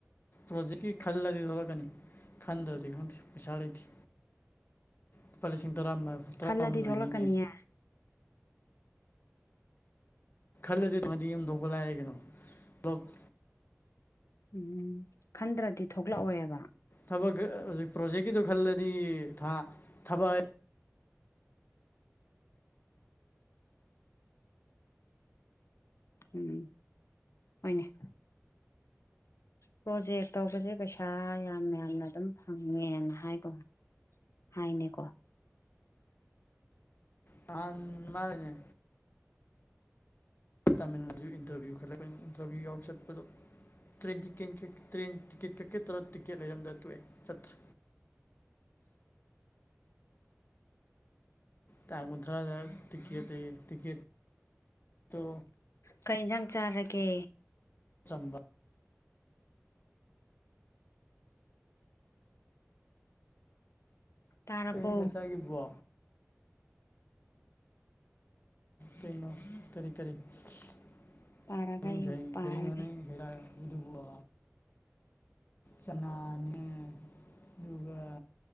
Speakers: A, on the left; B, on the left.
A: ꯄ꯭ꯔꯣꯖꯦꯛꯀꯤ ꯈꯜꯂꯗꯤ ꯊꯣꯛꯂꯛꯀꯅꯤ ꯈꯟꯗ꯭ꯔꯗꯤ ꯈꯪꯗꯦ ꯄꯩꯁꯥ ꯂꯩꯇꯦ꯫ ꯂꯨꯄꯥ ꯂꯤꯁꯤꯡ ꯇꯔꯥ ꯃ ꯇꯔꯥ
B: ꯈꯜꯂꯗꯤ
A: ꯍꯨꯝꯗꯣꯏꯅꯤꯅꯦ꯫
B: ꯊꯣꯛꯂꯛꯀꯅꯤꯌꯦ
A: ꯈꯜꯂꯗꯤ <inaudible> ꯌꯨꯝ ꯊꯣꯛꯄ ꯂꯥꯏ ꯀꯩꯅꯣ <unintelligible>
B: ꯎꯝ ꯈꯟꯗ꯭ꯔꯗꯤ ꯊꯣꯛꯂꯛꯑꯣꯏꯕ꯫
A: ꯊꯕꯛ ꯍꯧꯖꯤꯛ ꯄ꯭ꯔꯣꯖꯦꯛꯀꯤꯗꯣ ꯈꯜꯂꯗꯤ ꯊꯥ ꯊꯕꯛ
B: ꯎꯝ ꯍꯣꯏꯅꯦ꯫ ꯄ꯭ꯔꯣꯖꯦꯛ ꯇꯧꯕꯁꯦ ꯄꯩꯁꯥ ꯌꯥꯝꯅ ꯌꯥꯝꯅ ꯑꯗꯨꯝ ꯐꯪꯉꯦꯅ ꯍꯥꯏꯒꯨꯝ ꯍꯥꯏꯅꯦꯀꯣ꯫
A: ꯅꯥꯍꯥꯟ ꯃꯥꯂꯤꯅꯦ ꯇꯥꯃꯤꯜꯁꯨ ꯏꯟꯇꯔꯚ꯭ꯌꯨ ꯈꯜꯂꯛꯄꯅꯤ ꯏꯟꯇꯔꯚ꯭ꯌꯨ ꯌꯥꯎ ꯆꯠꯄꯗꯣ꯫ ꯇ꯭ꯔꯦꯟ ꯇꯤꯀꯦꯟ ꯀꯛ ꯇ꯭ꯔꯦꯟ ꯇꯤꯀꯦꯠ ꯀꯛꯀꯦ ꯇꯧꯔ ꯇꯤꯛꯀꯦꯠ ꯂꯩꯔꯝꯗ ꯇꯣꯛꯑꯦ ꯆꯠꯇ꯭ꯔꯦ꯫ ꯇꯥꯡ ꯀꯨꯊ꯭ꯔꯥꯗ ꯇꯤꯀꯦꯠ ꯑ ꯌꯦ ꯇꯤꯀꯦꯠꯇꯣ
B: ꯀꯩ ꯌꯦꯟꯖꯥꯡ ꯆꯥꯔꯒꯦ꯫
A: ꯑꯆꯥꯝꯕ꯫
B: ꯇꯥꯔꯕꯣ
A: ꯀꯩꯅꯣ ꯑꯩꯅ ꯉꯁꯥꯢ ꯆꯥꯈꯤꯕꯗꯨꯕꯣ ꯀꯔꯤꯅꯣ ꯀꯔꯤ ꯀꯔꯤ <unintelligible>
B: ꯄꯥꯔꯒ ꯌꯦꯡꯉꯨ ꯄꯥꯔꯒ
A: ꯀꯔꯤꯅꯣ ꯈꯦꯥ <unintelligible> ꯑꯣꯏꯗꯨꯕ ꯆꯅꯥꯅꯦ ꯑꯗꯨꯒ